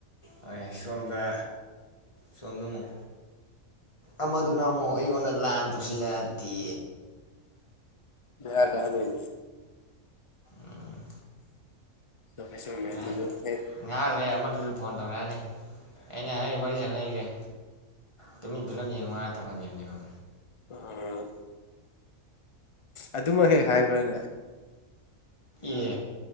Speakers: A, on the left (about 20°); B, on the left (about 50°).
A: ꯍꯧꯏꯌꯦ ꯁꯣꯝꯗ ꯁꯣꯝꯗꯃꯨꯛ ꯑꯃꯗꯨꯅ ꯑꯃꯨꯛ ꯑꯩꯉꯣꯟꯗ ꯂꯥꯟ ꯇꯧꯁꯤꯜꯂꯛꯑꯗꯤ
B: ꯕꯦꯔꯥ ꯀꯥꯗꯣꯏꯅꯤ
A: ꯎꯝ
B: ꯆꯨꯝꯃꯦ
A: <unintelligible>
B: ꯆꯨꯝꯃꯦ ꯑꯗꯨꯁꯨ ꯍꯦꯛ
A: ꯉꯥꯏꯍꯥꯛ ꯂꯩꯔ ꯑꯃꯗꯨꯁꯨ ꯐꯣꯟ ꯇꯧꯔꯛꯑꯅꯤ ꯑꯩꯅ ꯑꯩ ꯋꯥꯔꯤ ꯁꯥꯟꯅꯒꯤꯒꯦ ꯇꯨꯃꯤꯟ ꯐꯤꯂꯝ ꯌꯦꯡꯉꯨ ꯍꯥꯏꯔꯒ ꯊꯝꯍꯟꯈꯤꯕꯅꯦꯕ
B: ꯎꯝ ꯑꯗꯨꯃꯛ ꯍꯦꯛ ꯍꯥꯏꯕ꯭ꯔꯅꯦ
A: ꯑꯦ